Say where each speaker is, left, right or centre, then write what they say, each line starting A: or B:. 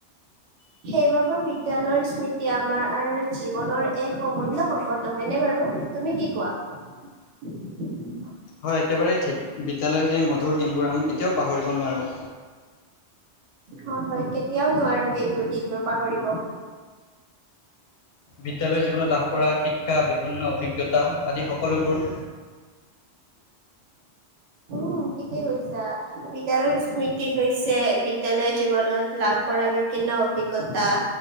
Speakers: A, on the right (about 85°); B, on the left (about 65°).
A: সেইবাবে বিদ্যয়ালয়ৰ স্মৃতি আমাৰ জীৱনৰ এক অমূল্য সম্পদ নহয়নেে বাৰু তুমি কি কোৱা
B: হয় একেবাৰেেই ঠিক বিদ্যালয় সেই ম কধোৰ দিনবোৰ আমি এতিয়াও পাহৰিব নোৱাৰোঁ
A: হয় হয় কেতিয়াও নোৱাৰো সেইবোৰ দিনবোৰ পাহৰিব
B: বিদ্যয়ালয়ৰ জীৱনত লাভ কৰা শিক্ষা বিভিন্ন অভিজ্ঞতা আদি সকলোবোৰ
A: উ ঠিকেই কৈছা বিদ্যালয়ৰ স্মৃতি হৈছে বিদ্যালয় জীৱনত লাভ কৰা বিভিন্ন অভিজ্ঞতা